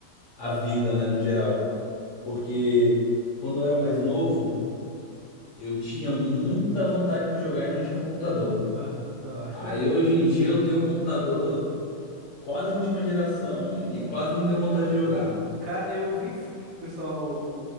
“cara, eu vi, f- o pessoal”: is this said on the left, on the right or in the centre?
Right